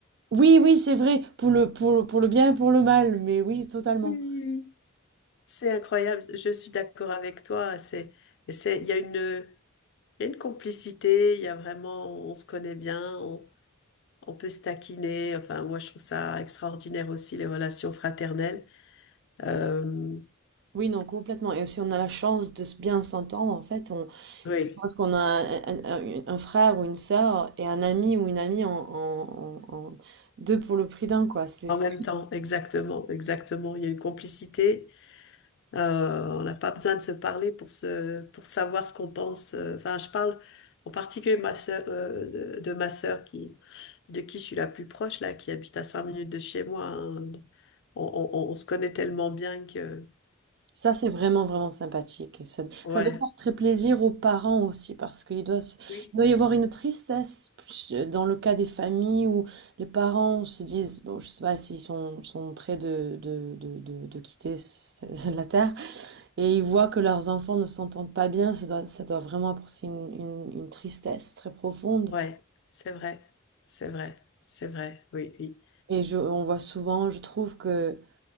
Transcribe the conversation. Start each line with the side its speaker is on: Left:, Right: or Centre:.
Right: Oui, oui, c'est vrai, pour le, pour le, pour le bien et pour le mal, mais oui, totalement.
Left: Oui, oui, oui. C'est incroyable. Je suis d'accord avec toi. C'est, et c'est, il y a une, il y a une complicité. Il y a vraiment, on se connaît bien. On, on peut se taquiner. Enfin, moi, je trouve ça extraordinaire aussi les relations fraternelles. Euh,
Right: Oui, non, complètement. Et si on a la chance de s- bien s'entendre, en fait, on,
Left: oui,
Right: c'est parce qu'on a un, un- un- frère ou une sœur et un ami ou une amie en, en- en- en- deux pour le prix d'un, quoi. C'est,
Left: en
Right: c'est-
Left: même temps, exactement, exactement. Il y a une complicité. Euh, on n'a pas besoin de se parler pour se, pour savoir ce qu'on pense. Euh, Enfin, je parle en particulier ma sœur, euh, de de ma sœur qui, de qui je suis la plus proche là, qui habite à cinq minutes de chez moi. hein. On, on- on on se connaît tellement bien que,
Right: ça, c'est vraiment, vraiment sympathique. Et ça,
Left: ouais,
Right: ça doit faire très plaisir aux parents aussi, parce qu'il doit, se-
Left: oui,
Right: il doit y avoir une tristesse ch- dans le cas des familles où les parents se disent, bon, je sais pas s'ils sont, sont près de, de, de, de, de quitter c- c- la terre, Et ils voient que leurs enfants ne s'entendent pas bien, ça doit ça doit vraiment apporter une une une tristesse très profonde
Left: ouais, c'est vrai, c'est vrai, c'est vrai, oui, oui.
Right: et je on voit souvent, je trouve que,